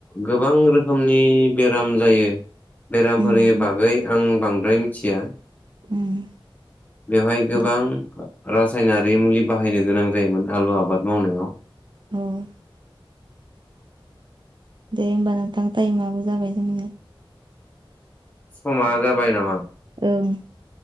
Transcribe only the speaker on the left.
गोबां रोखोमनि बेराम जायो बेरामफोरनि
बागै आं बांद्राय मिथिया
बेवहाय गोबां-
रासायनारि मुलि बाहायनो गोनां जायोमोन आलु आबाद मावनायाव
समा जाबाय नामा